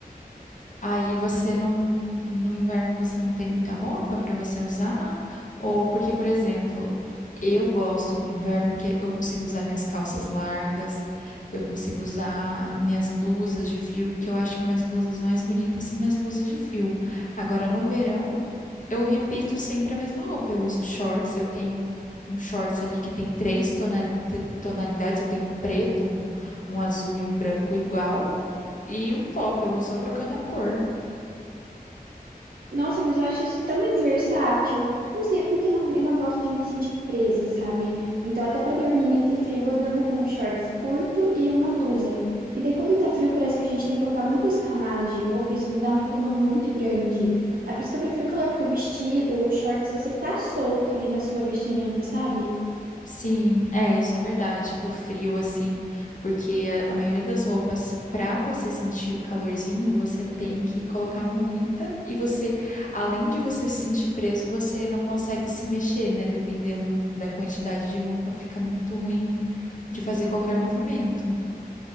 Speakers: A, on the left; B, on the right.
A: Aí você não, no inverno você não tem muita roupa para você usar? Ou porque, por exemplo, eu gosto do inverno porque eu consigo usar minhas calças largas, eu consigo usar minhas blusas de frio, porque eu acho que minhas blusas mais bonitas são minhas blusas de frio. Agora, no verão, eu repito sempre a mesma roupa. Eu uso shorts, eu tenho um shorts ali que tem três tonali- te- tonalidades, eu tenho um preto, um, um azul e um branco igual. E o top, eu vou só trocando a cor.
B: Nossa, mas eu acho isso tão mais versátil. Não sei, é porque eu não, eu não gosto de me sentir presa, sabe? Então, até pra dormir nesse frio, eu durmo com um shorts curto e uma blusa. E daí, quando tá frio, parece que a gente tem que colocar muitas camadas de roupa. Isso me dá um incômodo muito grande. É por isso que eu prefiro o calor, porque o vestido, o shorts, você tá solto ali na sua vestimenta, sabe?
A: Sim, é, isso é verdade, do frio, assim, porque a, a maioria das roupas, para você sentir o calorzinho, você tem que colocar muita e você, além de você se sentir preso, você não consegue se mexer, né? Dependendo da quantidade de roupa, fica muito ruim de fazer qualquer movimento.